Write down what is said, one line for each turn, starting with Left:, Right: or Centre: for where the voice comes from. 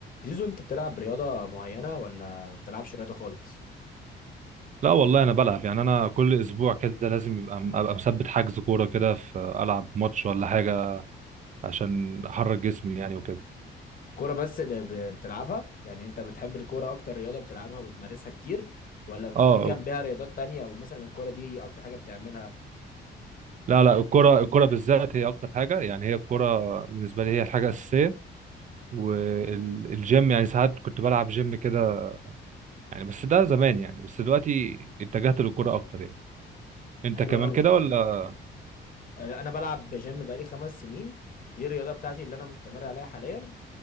Left: زيزو انت بتلعب رياضة معينة ولا ما بتلعبش رياضة خالص؟
Right: لا والله انا بلعب يعني انا كل اسبوع كده لازم يبقى ابقى مثبت حجز كوره كده في العب ماتش ولا حاجه عشان احرك جسمي يعني وكده
Left: كورة بس اللي ب- بتلعبها يعني انت بتحب الكورة اكتر رياضة بتلعبها وبتمارسها كتير ولا في
Right: اه
Left: جنبها رياضات تانية ومثلا الكورة دي اكتر حاجة بتعملها
Right: لا لا الكوره الكوره بالذات هي اكتر حاجه يعني هي الكوره بالنسبه لي هي الحاجه الاساسيه والجيم يعني ساعات كنت بلعب جيم كده يعني بس ده زمان يعني بس دلوقتي اتجهت للكوره اكتر يعني انت
Left: حلو
Right: كمان
Left: قوي
Right: كده ولا
Left: اه، انا بلعب جيم بقالي خمس سنين دي الرياضة بتاعتي اللي انا مستمر عليها حاليا